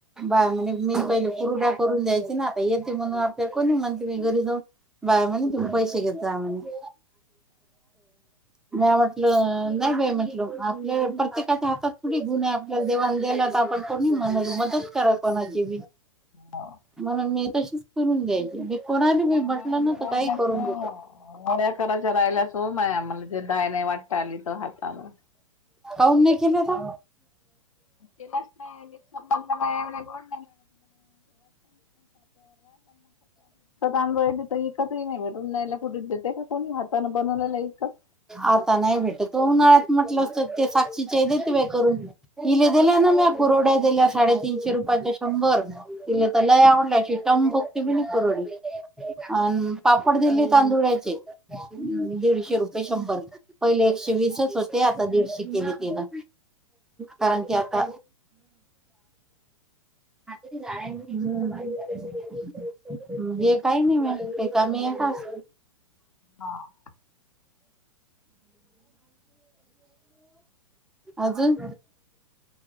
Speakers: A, in the centre; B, on the left.
A: बाय म्हणे मी पहिले कुरुड्या करून दयायची ना आता येते म्हणून आपल्या कोणी म्हणते मी घरी जाऊन बाया म्हणे तुम्ही पैसे घेत जा म्हणे म्या म्हटलं नाही बाई म्हटल आपल्या प्रत्येकाच्या हातात थोडी गुण आहे आपल्याला देवाण देला तर आपण कोणी म्ह मदत खर कोणाची बी.
B: हा.
A: म्हणून मी तशीच करून द्यायची मी कोणाले बी
B: म
A: म्हटलं
B: माया
A: ना तर
B: राहिल्याच
A: काही करून
B: हो
A: देतो.
B: वड्या कराच्या राहिल्यासो माया मला टी डाळ नाही वाटता आली तर हातानं.
A: काऊन नाइ केल्या तू?
B: केलाच नाय <unintelligible> त्यात आमच्या इथ इकतही नाही भेटून राहिल्या कुठे देते का कोणी हातांन बनवलेला इकत.
A: आता नाही भेटत वो, उन्हाळ्यात म्हटलं असत ते साक्षची आई देते बाई करून. इले दिल्या ना म्या कुरवड्या दिल्या साडेतीनशे रुपयाच्या शंभर, ईले त लय आवडल्या शी दाम- फक्ते बी नाही करडी <unintelligible> अन पापड दिले तांदुळाचे. दीडशे रुपये शंभर, पहिले एकशे वीसच होते आता दीडशे केले तिन. कारण कि आता हम्म. ये काय नी मी ते का मी आस
B: हां.
A: अजून?